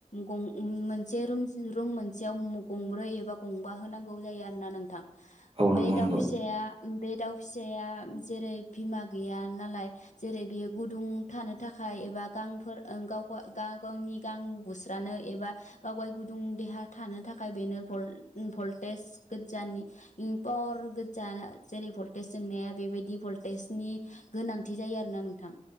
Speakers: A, on the left; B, on the right.
A: गं उम मोनसे रुम रुम मोनसेआव मगंब्रै एबा गंबा होनांगौ जायो। जायो आरो ना नोंथां।
B: औ
A: बे
B: नंगौ
A: दाउ
B: नंगौ
A: फिसाया बे दाउ फिसाया जेरै बिमा गैया नालाय जेरै बेयो गुदुं थानो थाखाय एबा गांफोर ओ गावफा ओ गा-गावनि नि गां बुस्रानो एबा गावखौहाय गुदुं देहा थानो थाखाय बेनो भल्ट उम भल्टेज गोजानि ओम पावार गोजा जेरै भल्टेज जोंनाया बेबायदि भल्टेजनि गोनांथि जायो आरोना नोंथां,